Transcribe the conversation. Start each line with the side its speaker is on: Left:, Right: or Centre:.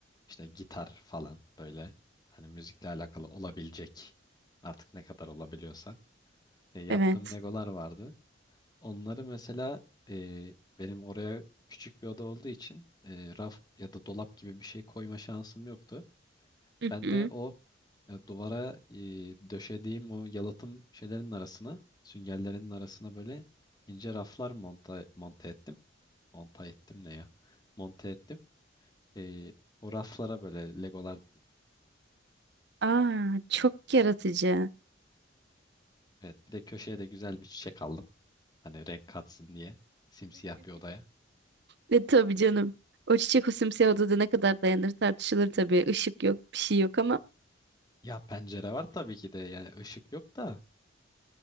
Left: İşte gitar falan böyle hani müzikle alakalı olabilecek artık ne kadar olabiliyorsa. E, yaptığım
Right: Evet.
Left: Legolar vardı. Onları mesela e, benim oraya küçük bir oda olduğu için e, raf ya da dolap gibi bir şey koyma şansım yoktu.
Right: Hı
Left: Ben
Right: hı.
Left: de o e, duvara e, döşediğim o yalıtım şeylerin arasına, süngerlerin arasına böyle ince raflar monta, monte ettim. Monta ettim ne ya? Monte ettim. E, o raflara böyle legolar
Right: Aa, çok yaratıcı.
Left: evet bir de köşeye de güzel bir çiçek aldım. Hani renk katsın diye simsiyah bir odaya.
Right: Ve tabii canım. O çiçek o simsiyah odada ne kadar dayanır tartışılır tabii. Işık yok, bir şey yok ama
Left: Ya pencere var tabii ki de yani ışık yok da